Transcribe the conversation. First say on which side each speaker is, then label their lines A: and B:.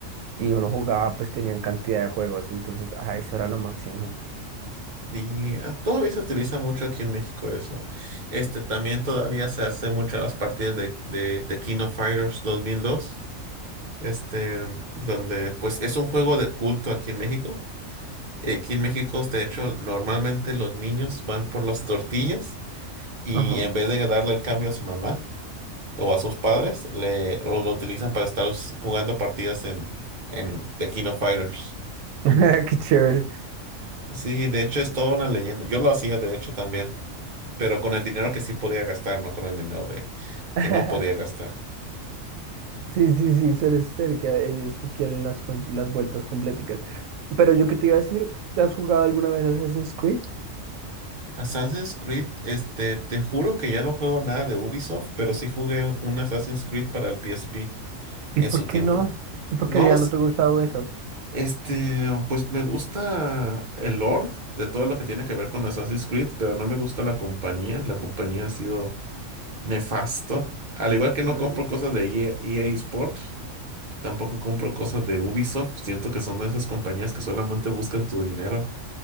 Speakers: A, on the right (about 80°); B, on the right (about 40°).
A: y uno jugaba pues tenían cantidad de juegos, entonces, ah, eso era lo máximo.
B: Y ah, todavía se utiliza mucho aquí en México eso. Este, también todavía se hace mucho las partidas de, de, de King of Fighters dos. mil dos, este, donde pues es un juego de culto aquí en México Aquí en México, de hecho, normalmente los niños van por las tortillas y
A: Ajá.
B: en vez de darle el cambio a su mamá o a sus padres, le lo, lo utilizan para estar us- jugando partidas en, en The King of Fighters.
A: <laughs> Qué
B: Mm,
A: chévere.
B: Sí, de hecho es toda una leyenda. Yo lo hacía, de hecho, también, pero con el dinero que sí podía gastar, no con el dinero de
A: <laughs>
B: que no podía gastar.
A: Sí, sí, sí, suele ser que ellos sí quieren las, cuen- las vueltas completicas. Pero yo qué te iba a decir, ¿te has jugado alguna vez Assassin's Creed?
B: Assassin's Creed, este, te juro que ya no juego nada de Ubisoft, pero sí jugué un Assassin's Creed para el PSP
A: ¿Y
B: en
A: por
B: su
A: qué
B: tiempo.
A: no? ¿Y por
B: No
A: qué ya
B: los
A: no te gusta Ubisoft?
B: Este, pues me gusta el Lord de todo lo que tiene que ver con Assassin's Creed, pero no me gusta la compañía. La compañía ha sido nefasto. Al igual que no
A: Mm,
B: compro cosas de EA, EA Sports, tampoco compro cosas de Ubisoft. Siento que son de esas compañías que solamente buscan tu dinero,